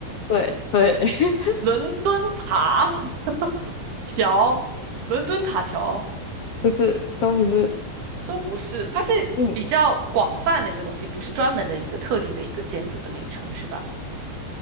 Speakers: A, on the left; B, on the right.
A: 对对，<laughs>
B: 伦敦塔 <laughs> 桥，伦敦塔桥
A: 不是都不是，
B: 都不是，它是比较广泛的一个东西，
A: 嗯
B: 不是专门的一个特定的一个建筑的名称，是吧？